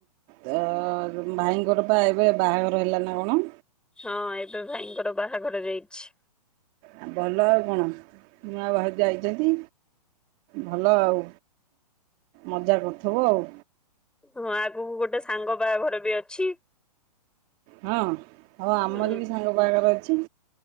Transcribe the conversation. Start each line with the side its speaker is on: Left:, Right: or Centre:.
Right: ତ ଅ ଭାଇଙ୍କର ପା ଏବେ ବାହାଘର ହେଲା ନା କଣ?
Centre: ହଁ ଏବେ ଭାଇଙ୍କର ବାହାଘର ଯାଇଛି।
Right: ଆ ଭଲ ଆଉ କଣ? ନୂଆ ଭାଇଜ ଆଇଚନ୍ତି ଭଲ ଆଉ। ମଜା କରୁଥୁବ ଆଉ।
Centre: ହଁ ଆଗକୁ ଗୋଟେ ସାଙ୍ଗ ବାହାଘର ବି ଅଛି।
Right: ହଁ ହଁ ଆମର
Centre: ହୁଁ
Right: ବି ସାଙ୍ଗ ବାହାଘର ଅଛି।